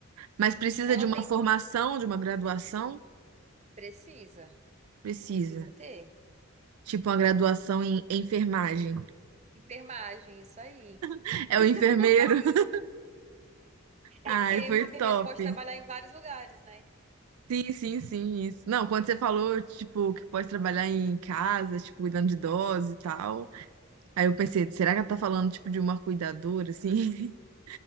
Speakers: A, on the right; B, on the right.
A: mas precisa
B: Ela
A: de uma
B: tem.
A: formação, de uma graduação?
B: Precisa.
A: Precisa.
B: Precisa ter.
A: Tipo uma graduação em enfermagem.
B: Enfermagem, isso aí.
A: <laughs> É o enfermeiro.
B: <laughs> Passe-
A: <laughs> Ai,
B: É, porque
A: foi
B: o enfermeiro
A: top.
B: pode trabalhar em vários lugares, né?
A: Sim, sim, sim, isso. Não, quando você falou, tipo, que pode trabalhar em casa, tipo, cuidando de idosos e tal, aí eu pensei, será que ela tá falando, tipo, de uma cuidadora, assim? <laughs>